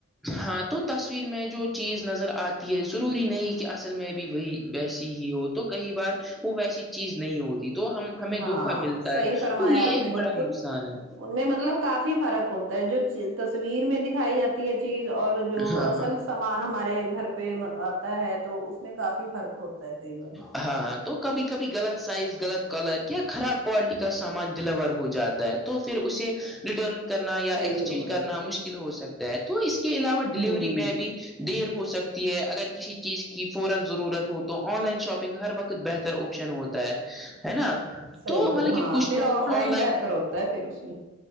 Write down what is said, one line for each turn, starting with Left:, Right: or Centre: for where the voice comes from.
Centre: ہاں تو تصویر میں جو چیز نظر آتی ہے ضروری نہیں کہ اصل میں بھی وہی ویسی ہی ہو تو کئی بار وہ ویسی چیز نہیں ہوتی تو ہم ہمیں
Right: ہاں
Centre: دھوکا ملتا
Right: صحیح
Centre: ہے
Right: فرمایا
Centre: تو یہ
Right: آپ
Centre: ایک
Right: نے بالکل
Centre: بڑا نقصان ہے
Right: ان میں مطلب کافی فرق ہوتا جو تصویر میں دکھائی جاتی ہے چیز اور جو
Centre: ہاں
Right: اصل
Centre: ہاں
Right: سامان ہمارے گھر پہ ہے تو اس میں کافی فرق ہوتا ہے کئی بار میں
Centre: ہاں ہاں تو کبھی کبھی غلط سائز غلط کلر یا خراب کوالٹی کا سامان ڈیلیور ہو جاتا ہے تو پھر اسے ریٹرن کرنا یا
Right: صحیح
Centre: ایکسچینج
Right: فرمایا
Centre: کرنا مشکل ہو سکتا ہے تو اس کے علاوہ ڈیلیوری
Right: ہوں
Centre: میں بھی دیر ہو سکتی ہے اگر کسی چیز کی فورا ضرورت ہو تو آن لائن شاپنگ ہر وقت بہتر آپشن ہوتا ہے ہے نا
Right: صحیح
Centre: تو
Right: ف
Centre: مطلب
Right: ہاں
Centre: کہ کچھ
Right: پھر
Centre: لوگ
Right: آف
Centre: آن لائن
Right: بہتر ہوتا ہے پھر اس میں